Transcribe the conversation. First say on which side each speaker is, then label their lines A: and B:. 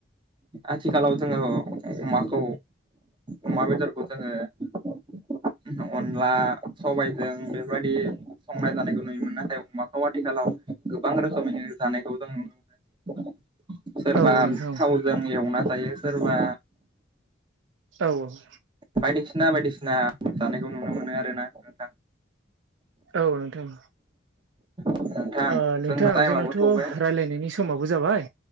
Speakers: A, on the right (about 25°); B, on the right (about 70°).
A: आथिखालाव जोङो अमाखौ अमा बेदरखौ जोङो अनला सबायजों बेबादि संनाय जानायखौ नुयोमोन नाथाय अमाखौ आथिखालाव गोबां रोखोमैनो जानायखौ जों नुनो मोनो सोरबा
B: औ नोंथां
A: थावजों एवना जायो सोरबा
B: औ औ
A: बायदिसिना बायदिसिना जानायखौ नुनो मोनो आर ना नोंथां
B: औ नोंथां
A: नोंथां
B: ओ नोंथां
A: जोंना टाइमाबो
B: जोंनाथ'
A: थौबाय
B: रायज्लायनायनि समाबो जाबाय